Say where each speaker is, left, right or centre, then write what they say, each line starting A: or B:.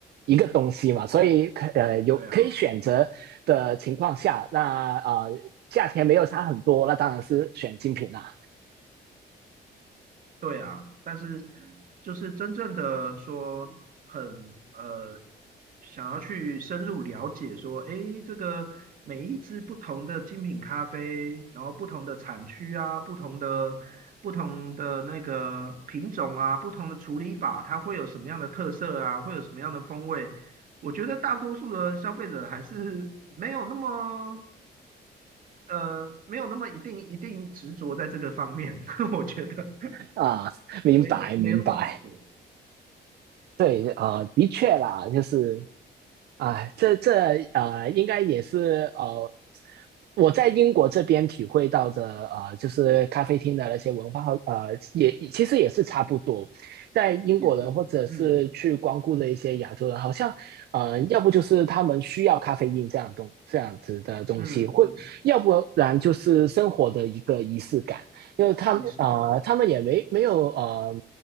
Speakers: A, on the right (about 65°); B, on the right (about 50°).
A: 一个东西嘛。所以可呃有可以选择的情况下，
B: 对啊。
A: 那啊、价钱没有差很多，那当然是选精品啦。
B: 对啊，但是就是真正的说很呃，想要去深入了解说，诶，这个每一支不同的精品咖啡，然后不同的产区啊，不同的不同的那个品种啊，不同的处理法，它会有什么样的特色啊，会有什么样的风味？我觉得大多数的消费者还是没有那么呃，没有那么一定一定执着在这个方面，<laughs> 我觉得
A: 啊、明白明白，
B: 没那没那么执着。
A: 对，呃，的确啦，就是啊，这这呃，应该也是呃，我在英国这边体会到的呃，就是咖啡厅的那些文化呃，也其实也是差不多。在英国人或者是去光顾的一些亚洲人，
B: 也是，嗯
A: 好像呃，要不就是他们需要咖啡因这样东这样子的东西，
B: 嗯嗯，
A: 或要不然就是生活的一个仪式感，因为他们呃，
B: 仪式感，
A: 他们也没没有呃。